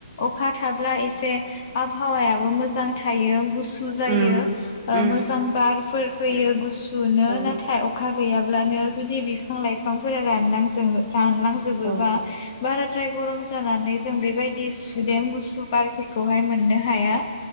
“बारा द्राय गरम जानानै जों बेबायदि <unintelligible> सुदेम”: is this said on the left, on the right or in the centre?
Left